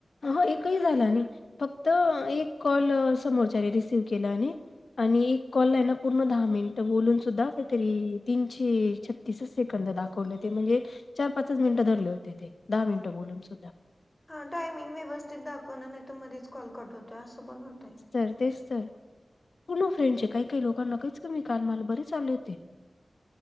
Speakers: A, on the left; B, on the left.
A: हो एकही झाला नाही फक्त एक कॉल समोरच्याने रिसिव केला आणि आणि एक कॉल ला आहे ना पूर्ण दहा मिनिट बोलून सुद्धा काहीतरी तीनशे छत्तीसच सेकंद दाख ले ते म्हणजे चार पाच मिनटं धरले होते ते दहा मिनिटं बोलून सुद्धा
B: हा टायमिंग व्यवस्थित दाखवणार नाही तर मधीच कॉल कट होतोय असं पण होतंय.
A: चर तेच तर हो फ्रेंडचे काही काही लोकांना काहीच कमी कालमाल बरे चाले होते.